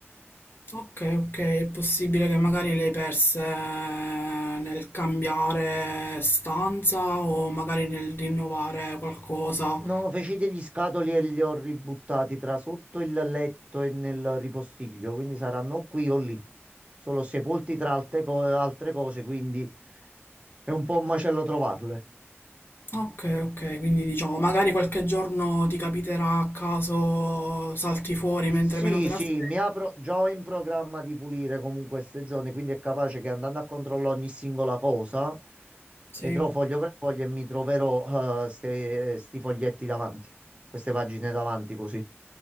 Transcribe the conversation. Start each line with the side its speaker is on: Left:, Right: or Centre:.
Left: Ok, ok, è possibile che magari le hai perse eh, nel cambiare stanza o magari nel rinnovare qualcosa.
Right: No, feci degli scatoli e li ho ributtati tra sotto il letto e nel ripostiglio, quindi saranno qui o lì. Sono sepolti tra alte co- altre cose, quindi è un po' un macello trovarle.
Left: Ok, ok, quindi diciamo, magari qualche giorno ti capiterà a caso salti fuori
Right: Sì,
Left: mentre meno te l'aspetti.
Right: sì, mi apro, già ho in programma di pulire comunque queste zone, quindi è capace che andando a controllare ogni singola cosa,
Left: Sì.
Right: vedrò foglio per foglio e mi troverò eh, ste- sti foglietti davanti, queste pagine davanti così.